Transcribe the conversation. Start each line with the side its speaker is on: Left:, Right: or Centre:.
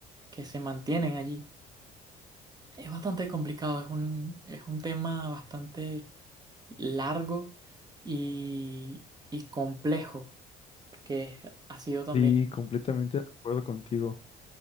Right: que se mantienen allí. Es bastante complicado, es un, es un tema bastante largo y, y complejo. que es- ha sido también,
Left: sí, completamente de acuerdo contigo.